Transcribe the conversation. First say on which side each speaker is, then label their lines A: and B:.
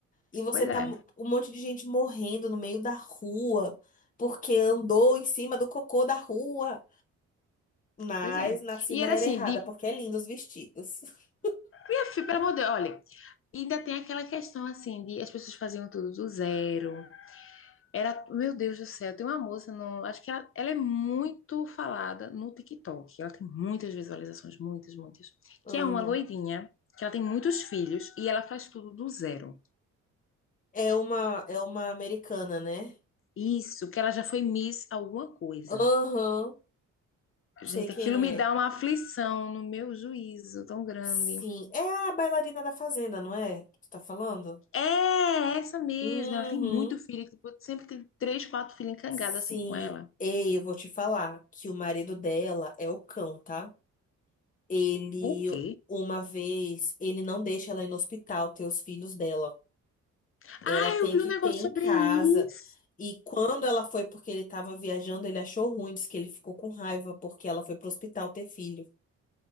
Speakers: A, on the left; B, on the left.
A: E você
B: Pois
A: tá
B: é,
A: m- um monte de gente morrendo no meio da rua porque andou em cima do cocô da rua. Mas
B: pois é.
A: nasci
B: E
A: na
B: era
A: era
B: assim,
A: errada,
B: de,
A: porque é lindo os vestidos. <laughs>
B: minha filha, pelo amor de Deus, olha, E ainda tem aquela questão assim de as pessoas faziam tudo do zero. Era, meu Deus do céu, tem uma moça no, acho que ela, ela é muito falada no TikTok. Ela tem muitas visualizações, muitas, muitas.
A: Uhum.
B: Que é uma loirinha, que ela tem muitos filhos e ela faz tudo do zero.
A: É uma, é uma americana, né?
B: Isso, que ela já foi Miss alguma coisa.
A: Aham, sei
B: Gente,
A: quem
B: aquilo me
A: é.
B: dá uma aflição no meu juízo tão grande.
A: Sim, é a bailarina da Fazenda, não é? Que tu tá falando?
B: É essa mesmo,
A: Uhum.
B: ela tem muito filho, tipo, sempre tem três, quatro filhos encangados
A: Sim,
B: assim com ela.
A: ei, eu vou te falar que o marido dela é o cão, tá? Ele,
B: O quê?
A: uma vez, ele não deixa ela ir no hospital ter os filhos dela.
B: Ah,
A: Ela tem
B: eu vi
A: que
B: um negócio
A: ter em
B: sobre
A: casa.
B: isso.
A: E quando ela foi, porque ele tava viajando, ele achou ruim, disse que ele ficou com raiva porque ela foi pro hospital ter filho.